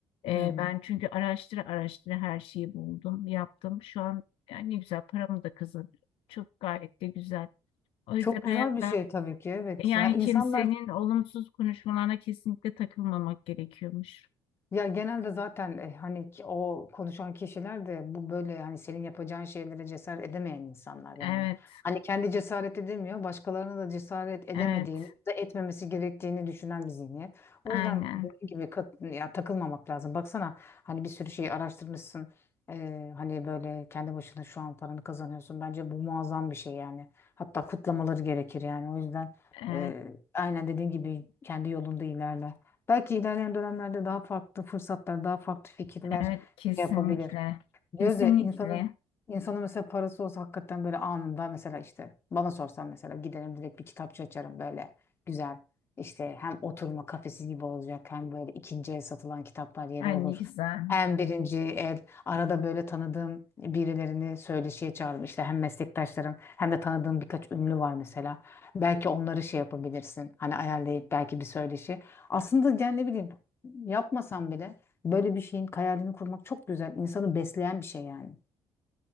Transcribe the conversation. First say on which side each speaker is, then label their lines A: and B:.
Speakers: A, on the left (about 70°); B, on the left (about 25°).
A: E,
B: Hı hı.
A: ben çünkü araştıra araştıra her şeyi buldum, yaptım. Şu an yani ne güzel paramı da kazanıyorum. Çok gayet de güzel. O yüzden
B: Çok güzel
A: hayatta
B: bir şey tabii ki evet.
A: e, yani
B: Yani insanlar
A: kimsenin olumsuz konuşmalarına kesinlikle takılmamak gerekiyormuş.
B: Ya genelde zaten e, hani ki- o konuşan kişiler de bu böyle hani senin yapacağın şeylere cesaret edemeyen insanlar yani.
A: Evet,
B: Hani kendi cesaret edemiyor, başkalarına da cesaret edemediğini
A: evet,
B: ya da etmemesi gerektiğini düşünen bir zihniyet. O
A: aynen.
B: yüzden dediğim gibi kat- ya takılmamak lazım. Baksana hani bir sürü şeyi araştırmışsın. E, hani böyle kendi başına şu an paranı kazanıyorsun. Bence bu muazzam bir şey yani. Hatta kutlamaları gerekir yani. O yüzden
A: Evet,
B: e, aynen dediğin gibi kendi yolunda ilerle. Belki ilerleyen dönemlerde daha farklı fırsatlar, daha farklı fikirler
A: evet kesinlikle.
B: şey yapabilir.
A: Kesinlikle.
B: Gözde insanın insanın mesela parası olsa hakikaten böyle anında mesela işte bana sorsan mesela giderim direkt bir kitapçı açarım böyle güzel işte hem oturma kafesi gibi olacak hem böyle ikinci el satılan kitaplar yeri
A: Ay
B: olur.
A: ne güzel.
B: Hem birinci el arada böyle tanıdığım birilerini söyleşiye çağırırım işte hem meslektaşlarım hem de tanıdığım birkaç ünlü var mesela. Belki onları şey yapabilirsin hani ayarlayıp belki bir söyleşi. Aslında yani ne bileyim yapmasam bile Böyle bir şeyin hayalini kurmak çok güzel. İnsanı besleyen bir şey yani.